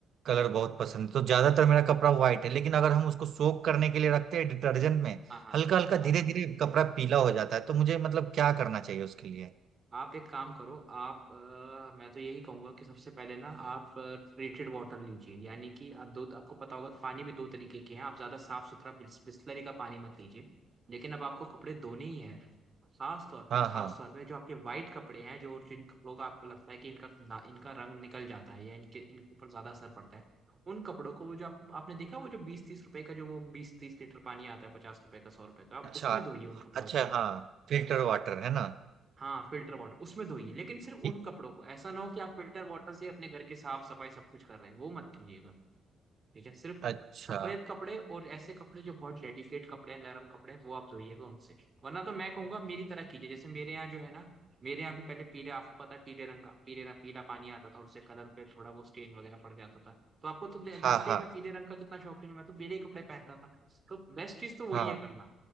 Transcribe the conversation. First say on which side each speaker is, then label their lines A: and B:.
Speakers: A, on the right; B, on the right.
A: कलर बहुत पसंद है तो ज्यादातर मेरा कपड़ा व्हाइट है लेकिन अगर हम उसको सोक करने के लिए रखते हैं डिटर्जेंट में
B: हाँ हाँ
A: हल्का हल्का
B: हाँ
A: धीरे
B: हाँ
A: धीरे कपड़ा पीला हो जाता है तो मुझे मतलब क्या करना चाहिए उसके लिए
B: आप एक काम करो आप अ, मैं तो यही कहूंगा कि सबसे पहले ना आप ट्रीटेड वाटर लीजिए यानी कि आप दो आपको पता होगा पानी भी दो तरीके के हैं आप ज्यादा साफ सुथरा बिस्लरी का पानी मत लीजिए लेकिन अब आपको कपड़े धोने ही है खास तौर पे
A: हाँ
B: खास
A: हाँ
B: तौर पे जो आपके वाइट कपड़े हैं जो जिन कपड़ों का आपको लगता है कि इनका ना- इनका रंग निकल जाता है या इनके इनके ऊपर ज्यादा असर पड़ता है उन कपड़ों को वो जो आप, आपने देखा वो जो बीस तीस रुपए का जो वो बीस तीस लीटर पानी आता है पचास रुपए का सौ रुपए का आप
A: अच्छा
B: उसमें धोइए उन कपड़ों
A: अच्छा
B: को
A: हाँ फिल्टर वाटर है ना
B: हाँ फिल्टर वाटर उसमें धोइए लेकिन सिर्फ
A: ठीक,
B: उन कपड़ों को ऐसा ना हो कि आप फिल्टर वाटर से अपने घर की साफ सफाई सब कुछ कर रहे हैं वो मत कीजिएगा ठीक है सिर्फ
A: अच्छा
B: सफेद कपड़े और ऐसे कपड़े जो बहुत डेलिकेट कपड़े हैं नरम कपड़े हैं वो आप धोइएगा उनसे वरना तो मैं कहूंगा मेरी तरह कीजिए जैसे मेरे यहाँ जो है ना मेरे यहाँ भी पहले पीले आपको पता है पीले रंग का पीले पीला पानी आता था और उससे कलर पे थोड़ा वो स्टेन वगैरह पड़ जाता था तो आपको तो दे-
A: हाँ
B: जानते
A: हाँ
B: ही मैं पीले रंग का कितना शौकीन हूँ मैं तो पीले ही कपड़े पहनता था तो बेस्ट चीज तो वही
A: हाँ
B: है करना